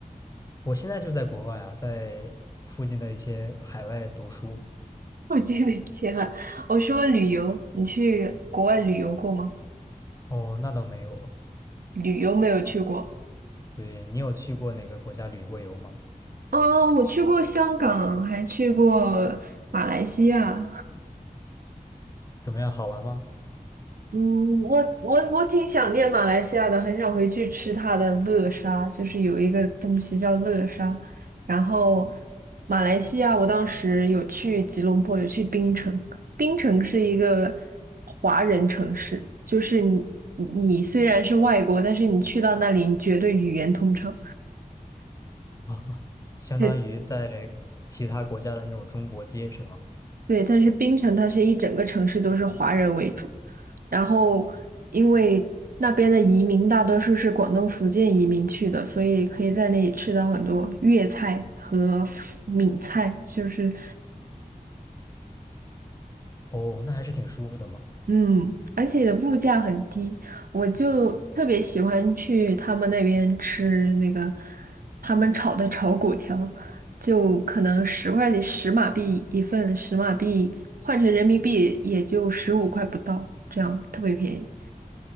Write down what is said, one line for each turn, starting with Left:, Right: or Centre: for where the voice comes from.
Left: 我现在就在国外啊，在附近的一些海外读书。
Right: <laughs> 我记得以前啊，我说旅游，你去国外旅游过吗？
Left: 哦，那倒没有。
Right: 旅游没有去过。
Left: 对，你有去过哪个国家旅过游吗？
Right: 哦，我去过香港，还去过马来西亚，
Left: 怎么样，好玩吗？
Right: 嗯，我我我挺想念马来西亚的，很想回去吃它的乐沙，就是有一个东西叫乐沙。然后马来西亚，我当时有去吉隆坡，有去槟城。槟城是一个华人城市，就是你你虽然是外国，但是你去到那里，你绝对语言通畅。
Left: <laughs> 啊，相当于在其他国家的那种中国街是吗？
Right: 是对，但是槟城它是一整个城市都是华人为主，然后因为那边的移民大多数是广东、福建移民去的，所以可以在那里吃到很多粤菜和闽菜，就是。
Left: 哦，那还是挺舒服的嘛。
Right: 嗯，而且物价很低，我就特别喜欢去他们那边吃那个他们炒的炒粿条，就可能十块钱十马币一份，十马币换成人民币也就十五块不到，这样特别便宜。